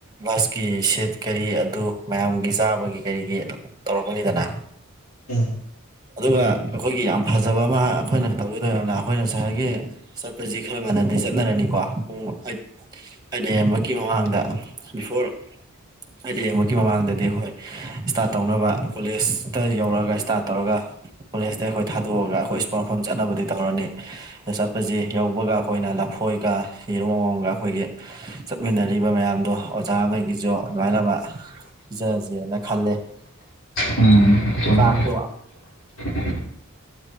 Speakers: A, on the right; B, on the left.
A: ꯕꯁꯀꯤ ꯁꯤꯠ ꯀꯔꯤ ꯑꯗꯨ ꯃꯌꯥꯝꯒꯤ ꯆꯥꯕꯒꯤ ꯀꯔꯤꯒꯤ ꯇꯧꯔꯛꯀꯅꯤꯗꯅ
B: ꯎꯝ
A: ꯑꯗꯨꯒ ꯑꯩꯈꯣꯏꯒꯤ ꯌꯥꯝ ꯐꯖꯕ ꯑꯃ ꯑꯩꯈꯣꯏꯅ ꯇꯧꯒ ꯑꯗꯨꯅ ꯑꯩꯈꯣꯏꯅ ꯉꯁꯥꯏꯒꯤ ꯆꯠꯄꯁꯤ ꯈꯔ ꯉꯥꯟꯟꯅꯗꯤ ꯆꯠꯅꯔꯅꯤꯀꯣ ꯄꯨꯡ ꯑꯩꯠ ꯑꯠ ꯑꯍꯦꯝꯃꯛꯀꯤ ꯃꯃꯥꯡꯗ ꯕꯤꯐꯣꯔ ꯍꯥꯏꯗꯤ ꯃꯨꯛꯀꯤ ꯃꯃꯥꯡꯗꯗꯤ ꯑꯩꯈꯣꯢ ꯏꯁꯇꯥꯔꯠ ꯇꯧꯅꯕ ꯀꯣꯂꯦꯖꯇ ꯌꯧꯔꯛꯑꯒ ꯏꯁꯇꯥꯔꯠ ꯇꯧꯔꯒ ꯀꯣꯂꯦꯖꯇ ꯑꯩꯈꯣꯏ ꯊꯗꯣꯛꯑꯒ ꯑꯈꯣꯏ ꯏꯁꯄꯣꯔꯠ ꯃꯐꯝ ꯆꯠꯅꯕꯗꯤ꯫ ꯇꯧꯔꯅꯤ ꯑꯗ ꯆꯠꯄꯁꯤ ꯌꯧꯕꯒ ꯑꯩꯈꯣꯏꯅ ꯂꯐꯣꯏꯒ ꯌꯦꯔꯨꯝ ꯑꯃꯃꯝꯒ ꯑꯩꯈꯣꯏꯒꯤ꯫ ꯆꯠꯃꯤꯟꯅꯔꯤꯕ ꯃꯌꯥꯝꯗꯣ ꯑꯣꯖꯥꯈꯩꯒꯤꯁꯨ ꯑꯗꯨꯃꯥꯏꯅ ꯄꯤꯖꯁꯦꯅ ꯈꯜꯂꯦ꯫
B: ꯎꯝ ꯆꯨꯝꯃꯤ
A: ꯆꯥꯛꯁꯨ
B: <inaudible>